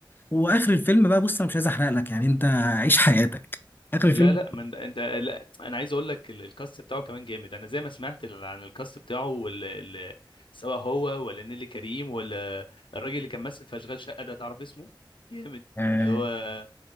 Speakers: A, on the left; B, on the left.
A: وآخر الفيلم بقى بص أنا مش عايز أحرق لك يعني أنت عيش حياتك آخر الفيلم
B: لا لا من انت لا انا عايز اقول لك ال- الكاست بتاعه كمان جامد انا زي ما سمعت ال- عن الكاست بتاعه وال... ال... سواء هو ولا نيلي كريم ولا الراجل اللي كان ماسك في اشغال شقة ده تعرف اسمه جامد
A: آه
B: اللي هو